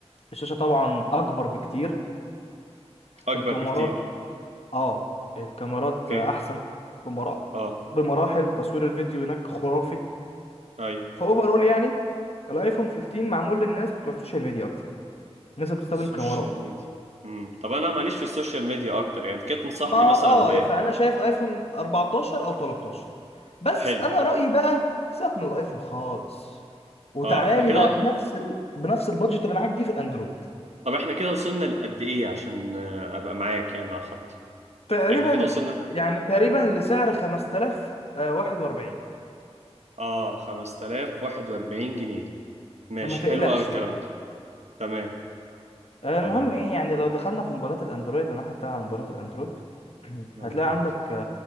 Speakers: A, on the left; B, on the right.
A: الشاشه طبعا اكبر بكتير
B: اكبر
A: الكاميرات
B: بكتير
A: اه الكاميرات
B: اوكي
A: آه، احسن بمراحل
B: اه
A: بمراحل تصوير الفيديو هناك خرافي
B: اي
A: فاوفرول يعني الايفون 15 معمول للناس بتوع السوشيال ميديا اكتر الناس اللي بتستخدم
B: السوشيال
A: كاميرات
B: ميديا امم طب انا ماليش في السوشيال ميديا اكتر يعني انت كده تنصحني
A: ما
B: مثلا
A: اه
B: ب
A: فانا شايف ايفون 14 او 13 بس
B: حلو
A: انا رايي بقى سيبك من الايفون خالص وتعالى
B: اه احنا كده
A: لي بقى بنفس ال... بنفس البادجت اللي معاك دي في الاندرويد
B: طب احنا كده وصلنا لقد ايه عشان آه، ابقى معاك يعني على خط
A: تقريبا
B: احنا كده وصلنا
A: يعني تقريبا لسعر 5041
B: اه 5041 جنيه ماشي
A: فما تقلقش
B: حلو قوي الكلام
A: يعني
B: ده تمام
A: آه،
B: تمام
A: المهم ايه يعني لو دخلنا في موبايلات الاندرويد انا حتى على موبايلات الاندرويد <clears throat>
B: اندرويد
A: هتلاقي عندك